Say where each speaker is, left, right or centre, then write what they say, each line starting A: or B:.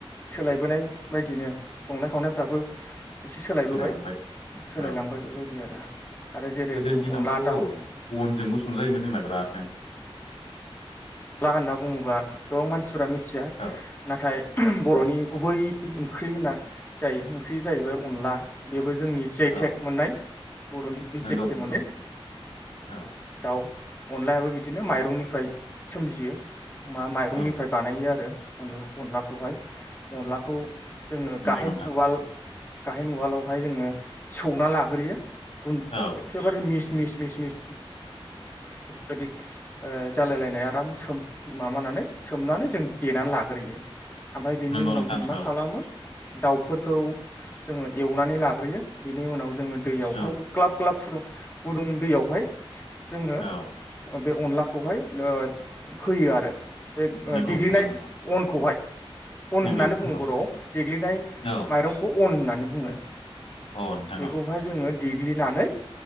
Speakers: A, on the left; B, on the left.
A: सोलायबोनाय बायदिनो संनाय खावनायफ्राबो एसे सोलायबोबाय
B: सोलायलांबाय
A: सोलायलांबाय
B: औ
A: बेबायदि आरो आरो जेरोखोम
B: गोदोनि दिनावथ'
A: अनला दाउ
B: बनजोंबो संजायोमोन जोंना बिरादनो
A: हला होनना बुङोब्ला गोबां मानसिफोरा मिथिया
B: औ
A: नाथाय बर'नि
B: औ
A: गुबै ओंख्रि होनना जायो ओंख्रि जाहैबाय अनला बेबो जोंनि जिआइटेक
B: औ
A: मोननाय बर'नि
B: नंगौ
A: जेथेक
B: नंगौ
A: मोनै
B: औ
A: दाउ अनलायाबो बिदिनो माइरंनिफ्राय सोमजियो मा माइरंनिफ्राय
B: औ
A: बानायो आरो अनला अनलाखौहाय अनलाखौ जोङो
B: नंगौ
A: गाहेन
B: नोंथां
A: उवाल गाहाय नवालावहाय जोङो सौना लाग्रोयो गुन
B: औ
A: एखेबारे मिस मिस मिस मिस। <unintelligible> बेफोरबायदि ओ जालायलायनाय आराम सोम माबानानै सोमनानै जों देनानै लाग्रोयो। ओमफ्राय बेनि
B: नंगौ
A: उनाव
B: नोंथां
A: जों मा
B: औ
A: खालामो दाउफोरखौ जो एवनानै ला संग्रोयो बिनि उनाव जोङो दैयावहाय
B: औ
A: ग्लाब ग्लाब फुुंदु गुदुं दैयावहाय जोङो
B: औ
A: बे अनलाखौहाय होयो आरो बे ओ
B: नंगौ
A: देग्लिनाय
B: नोंथां नंगौ
A: अनखौहाय अन
B: नंगौ
A: होननानै
B: नंगौ
A: बुङो बर'आव देग्लिनाय
B: औ
A: माइरंखौ अन होननानै बुंङो
B: औ नोंथां
A: बेखौहाय
B: औ
A: जोङो देग्लिनानै